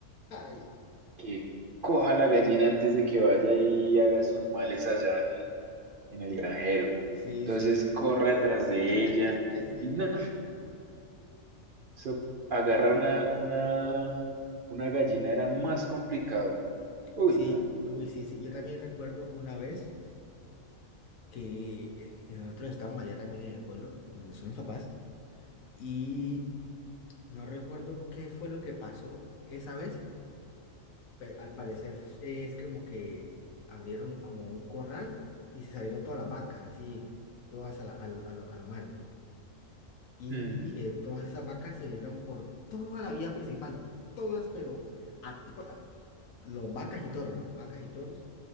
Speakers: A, on the left; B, on the right.
A: Ay,
B: Que coja la gallina antes de que vaya y haga sus males allá en, en el granjero.
A: sí,
B: Entonces
A: sí, sí.
B: corre atrás
A: <laughs>
B: de ella.
A: Ay, Sí,
B: Y no, eso, agarrar una, una, una gallina era más complicado. Uy,
A: sí,
B: no.
A: uy, sí, sí. Yo también recuerdo una vez que eh, nosotros estábamos allá también en el pueblo donde son mis papás y No recuerdo qué fue lo que pasó esa vez, pero al parecer eh, es como que abrieron como un corral y se salieron todas las vacas, así, todas a, la- a lo, a lo- a lo mal. Y
B: Mm,
A: eh, todas esas vacas se vinieron por toda la vía principal, todas, pero a todas, los vacas y toros, ¿no? Vacas y toros.